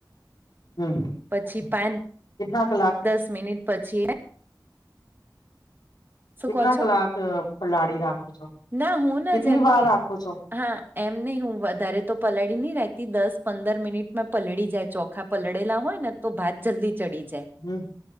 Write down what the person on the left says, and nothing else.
હમ, હમ,
કેના કલાક?
કટના
કલાક પલાળી રાખો છો,
કતની
વાર
રાખો છો?
હમ